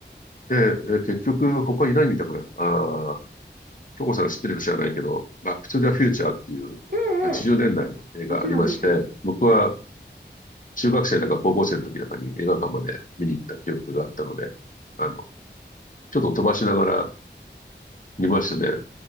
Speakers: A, on the left; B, on the right.
A: で、え結局他いないみたいかな。ああ、京子さんが知ってるか知らないけど、バックトゥザフューチャーっていう80年代の映画ありまして、
B: ええええもちろんです。
A: 僕は中学生だか高校生の時なんかに映画館まで見に行った記憶があったので、あの、ちょっと飛ばしながら見ましたね。